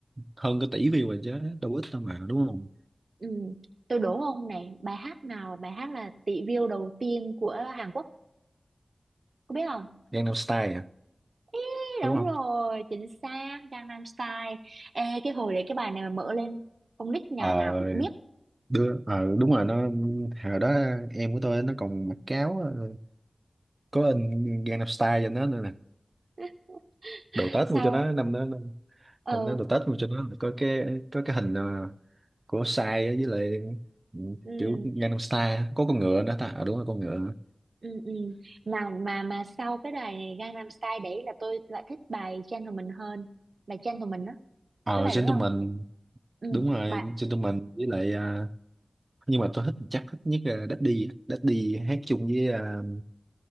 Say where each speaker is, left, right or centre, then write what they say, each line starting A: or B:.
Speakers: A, on the right; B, on the right.
A: hơn cái tỷ view rồi chứ đâu ít đâu mà đúng không
B: ừ. tôi đố ông này bài hát nào là bài hát là tỷ view đầu tiên của Hàn Quốc có biết không
A: Gangnam Style à
B: Ê,
A: đúng
B: đúng
A: không
B: rồi chính xác Gangnam Style Ê, cái hồi đấy cái bài này mà mở lên con nít nhà
A: ờ
B: nào cũng biết
A: đưa ờ đúng rồi nó hồi đó em của tôi nó còn mặc cáo ờ, có in Gangnam Style cho nó nữa nè
B: <laughs>
A: đồ Tết
B: sao
A: mua cho nó năm đó
B: ờ
A: năm đó đồ Tết mà cho nó là có cái có cái hình ờ, của sai á, với lại ừ,
B: ừ.
A: kiểu Gangnam Style á. có con ngựa nữa ta à, đúng rồi con ngựa <laughs> nữa.
B: ừ ừ mà mà mà sau cái bài này Gangnam Style đấy là tôi lại thích bài Gentleman hơn bài Gentleman đó,
A: ờ
B: biết bài
A: Gentleman
B: đấy không ừ
A: đúng rồi
B: bài
A: Gentleman với lại à, nhưng mà tôi thích chắc thích nhất là Daddy á. Daddy hát chung với à,